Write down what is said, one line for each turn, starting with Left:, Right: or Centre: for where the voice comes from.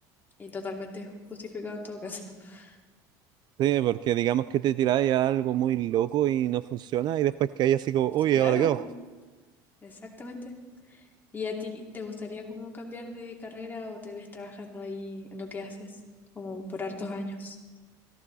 Left: y totalmente justificado en todo caso. <laughs>
Right: Sí, porque digamos que te tiráis a algo muy loco y no funciona y después que hay así como, uy,
Left: Claro,
Right: ¿ahora qué hago?
Left: exactamente. ¿Y a ti te gustaría como cambiar de carrera o te ves trabajando ahí en lo que haces como por hartos años?